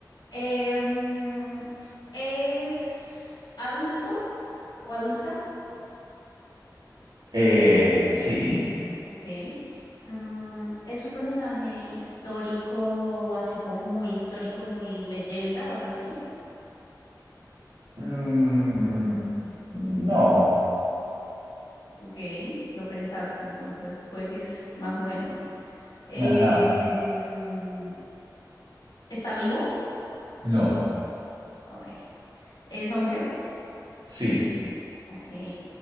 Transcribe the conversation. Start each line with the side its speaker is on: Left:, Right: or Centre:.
Left: em, ¿es adulto o adulta?
Right: Eh, sí.
Left: Ok. Mm, ¿es un personaje histórico, así como muy histórico, muy leyenda o algo así?
Right: Mm, no.
Left: Ok, lo pensaste, entonces puede que es más o menos. Eh,
Right: Ajá.
Left: mm, ¿está vivo?
Right: No.
Left: Ok. ¿Es hombre?
Right: Sí.
Left: Ok.